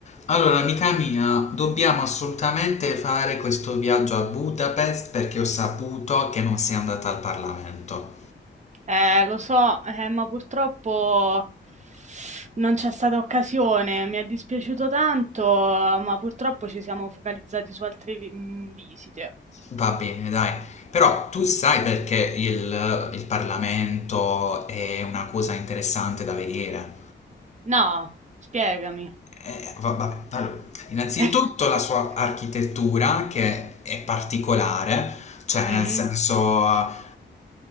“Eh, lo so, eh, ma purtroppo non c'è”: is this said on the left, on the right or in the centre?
Right